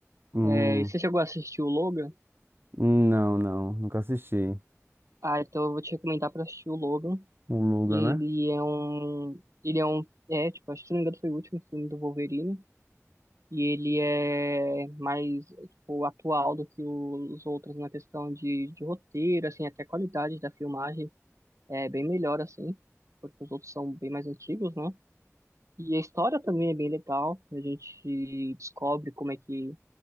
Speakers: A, on the right; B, on the right.
A: Hum,
B: É, e você chegou a assistir o Logan?
A: Não, não, nunca assisti.
B: Ah, então eu vou te recomendar pra assistir o Logan.
A: O Luga,
B: Ele
A: né?
B: é um, ele é um, é, tipo, acho que se não me engano foi o último filme do Wolverine. E ele é mais, tipo, atual do que o- os outros na questão de, de roteiro, assim, até a qualidade da filmagem é bem melhor, assim, porque os outros são bem mais antigos, né? E a história também é bem legal. A gente descobre como é que